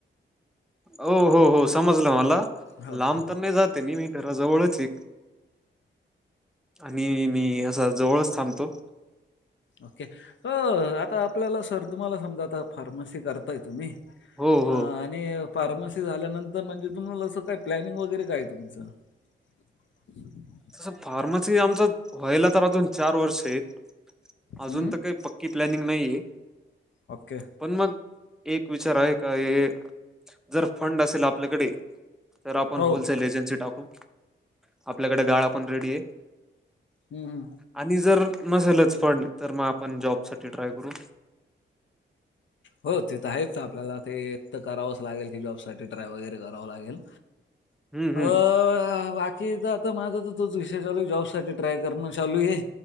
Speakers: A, in the centre; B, on the left.
A: हो हो हो, समजलं मला
B: हो
A: लांब तर नाही जात मी मी घराजवळच ये. आणि मी असा जवळच थांबतो.
B: ओके अ आता आपल्याला सर तुम्हाला, समजा आता फार्मसी करताय तुम्ही?
A: हो
B: हा
A: हो
B: आणि फार्मसी झाल्यानंतर म्हणजे तुम्हाला असं काय प्लॅनिंग वगैरे काय तुमचं? <inaudible>
A: तस फार्मसी आमच व्हायला तर, अजून चार वर्ष आहेत. अजून
B: हं.
A: तर काही पक्की प्लॅनिंग नाही ये.
B: ओके.
A: पण मग एक विचार आहे का? हे जर फंड असेल आपल्याकडे तर आपण
B: हो.
A: होलसेल एजन्सी टाकू, आपल्याकडे गाळा पण रेडी आहे.
B: हम्म,
A: आणि जर नसेलच फंड तर, मग आपण जॉब साठी ट्राय करू.
B: हो ते तर, आहेच आपल्याला ते तर करावंच लागेल की, जॉबसाठी ट्राय वगैरे करावं लागेल
A: हम्म
B: अ हा
A: हम्म
B: वाट कि एकदा आता माझा तर तोच विषय चालू आहे, जॉब साठी ट्राय करणं चालू आहे.